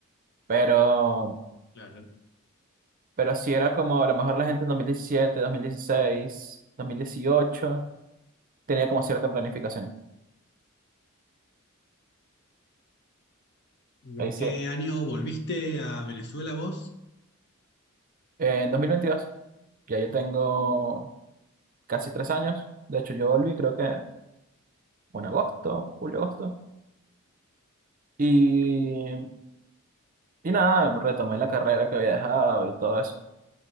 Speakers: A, on the right; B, on the left.
A: Pero,
B: Claro.
A: pero sí era como, a lo mejor la gente en dos dos mil mil diecisiete dos mil dieciséis dos mil dieciocho tenía como cierta planificación.
B: ¿Y
A: Ahí
B: en
A: sí,
B: qué año volviste a Venezuela vos?
A: En 2022 ya yo tengo casi tres años. De hecho, yo volví creo que en agosto, julio, agosto. Y, y nada, retomé la carrera que había dejado y todo eso.